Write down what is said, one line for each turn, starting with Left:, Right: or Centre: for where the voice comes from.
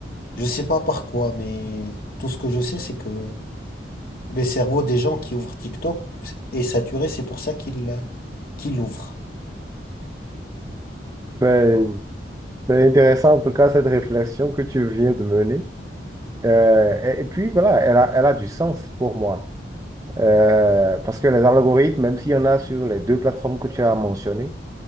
Left: Je sais pas par quoi, mais tout ce que je sais, c'est que les cerveaux des gens qui ouvrent TikTok est saturé, c'est pour ça qu'ils qu'ils l'ouvrent.
Right: Ben, c'est intéressant en tout cas cette réflexion que tu viens de mener. Euh, et, et puis voilà, elle a, elle a du sens pour moi. Euh, parce que les algorithmes, même s'il y en a sur les deux plateformes que tu as mentionnées,